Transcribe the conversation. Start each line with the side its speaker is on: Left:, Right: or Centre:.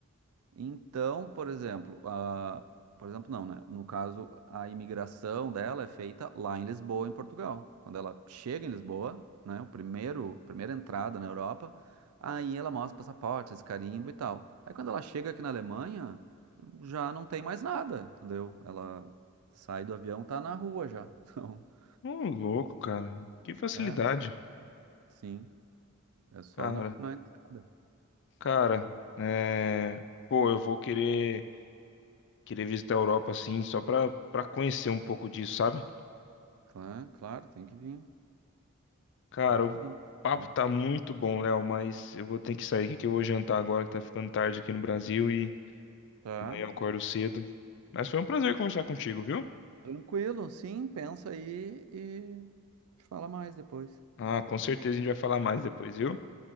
Right: Então, por exemplo, a, por exemplo, não, né? No caso, a imigração dela é feita lá em Lisboa, em Portugal. Quando ela chega em Lisboa, né? O primeiro, primeira entrada na Europa, aí ela mostra passaporte, esse carimbo e tal. Aí quando ela chega aqui na Alemanha, já não tem mais nada, entendeu? Ela sai do avião, tá na rua já. <laughs>
Left: Ô, louco, cara. Que facilidade.
Right: Então, é, sim, é só
Left: Cara,
Right: na, na entrada.
Left: cara, é... pô, eu vou querer. Queria visitar a Europa assim, só pra, pra conhecer um pouco disso, sabe?
Right: Claro, claro, tem que vir,
Left: Cara,
Right: tem que
Left: o
Right: vir.
Left: papo
Right: já.
Left: tá muito bom, Léo, mas eu vou ter que sair aqui que eu vou jantar agora que tá ficando tarde aqui no Brasil e
Right: Tá.
Left: amanhã eu acordo cedo. Mas foi um prazer conversar contigo, viu?
Right: Tranquilo, sim, pensa aí e fala mais depois.
Left: Ah, com certeza a gente vai falar mais depois, viu?